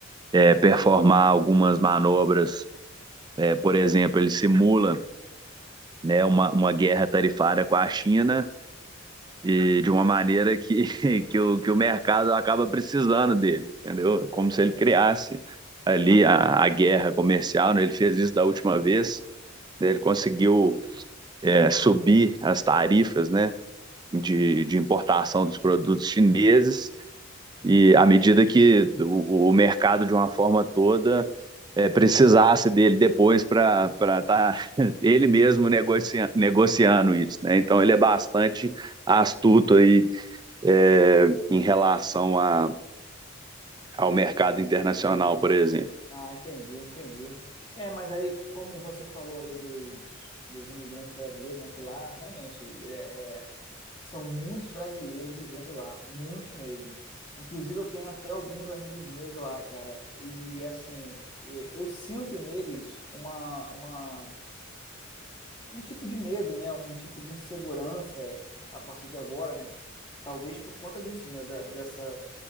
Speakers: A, on the right; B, on the left.
A: eh, performar algumas manobras. Eh, por exemplo, ele simula né, uma, uma guerra tarifária com a China e de uma maneira que, <laughs> que, o, que o mercado acaba precisando dele, entendeu? É Como se ele criasse ali a, a guerra comercial, né? Ele fez isso da última vez, né? ele conseguiu é, subir as tarifas, né, de, de importação dos produtos chineses e à medida que o, o mercado, de uma forma toda, eh, precisasse dele depois para estar tá <laughs> ele mesmo negocia, negociando isso, né? Então ele é bastante astuto aí, eh, em relação a, ao mercado internacional, por exemplo.
B: Ah, entendi, entendi. É, mas aí, como você falou aí dos, dos imigrantes brasileiros, né, que lá realmente é... é, São muitos brasileiros vivendo lá, muitos mesmo. Inclusive, eu tenho até alguns amigos meus lá, cara. E assim, e- eu sinto neles uma, uma, um tipo de medo, né? Um tipo de insegurança a partir de agora, né? Talvez por conta disso, né? Da- dessa,